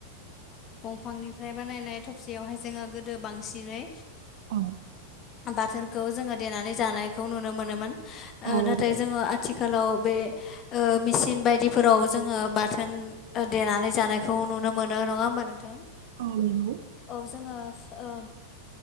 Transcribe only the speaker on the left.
दंफांनिफ्राय बानायनाय थबसेयावहाय जोंङो गोदो बांसिनै
बाथोनखौ जोंङो देनानै जानायखौ नुनो मोनोमोन।
नाथाय जोंङो आथिखाल आथिखालाव बे मेसिन बायदिफोराव जोंङो बाथोन देनानै जानायखौ नुनो मोनो नंङा होमबा नोंथां?
औ जोंङो ओ